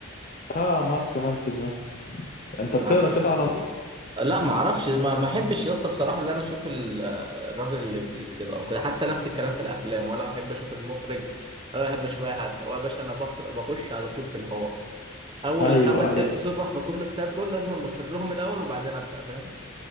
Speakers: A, on the left; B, on the right.
A: بتاع مارك مانسون يا اسطى انت بتقرا
B: ما أعرفش
A: كده
B: اسمهم
A: على الله
B: لا ما أعرفش ما ما أحبش يا اسطى بصراحة إن أنا أشوف ال- الراجل اللي بيكتب أو كده حتى نفس الكلام في الأفلام ولا أحب أشوف المخرج ولا أحب أشوف أي حد هو يا باشا أنا بخر... بخش على طول في الهواء اول
A: ايوه
B: خمس
A: أي-
B: ست صفح في كل كتاب دول لازم بفرهم الاول وبعدين ابدا فاهم